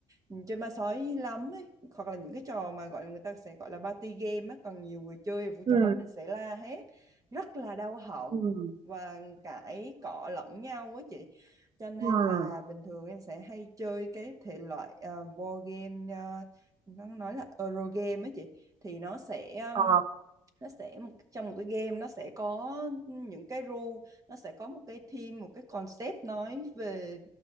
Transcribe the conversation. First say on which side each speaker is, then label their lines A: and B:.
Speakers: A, on the right; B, on the right.
A: ừ, chơi ma sói lắm ấy, hoặc là những cái trò mà gọi là người ta sẽ gọi là party game á, còn nhiều người chơi vô
B: ừ
A: trong đó mình sẽ la hét rất là đau họng
B: ừ
A: và cãi cọ lẫn nhau á chị cho nên
B: ừ
A: là bình thường em sẽ hay chơi cái thể loại ờ, board game ờ, nó nói là Euro game ấy chị thì nó sẽ um,
B: ờ
A: nó sẽ trong một cái game nó sẽ có những cái rule nó sẽ có một cái theme một cái concept nói về